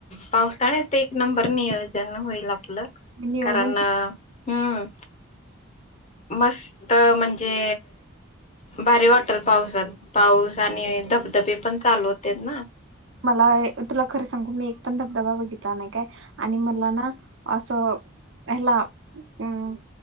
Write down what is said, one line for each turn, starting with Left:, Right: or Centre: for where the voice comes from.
Left: पावसाळ्यात ते एक नंबर नियोजन होईल आपलं
Right: नियोजन
Left: कारण हम्म. मस्त म्हणजे भारी वाटेल पावसात पाऊस आणि धबधबे पण चालू होत्यात ना.
Right: मला ए तुला खर सांगू मी एक पण धबधबा बघितला नाही काय आणि मला ना असं ह्याला उन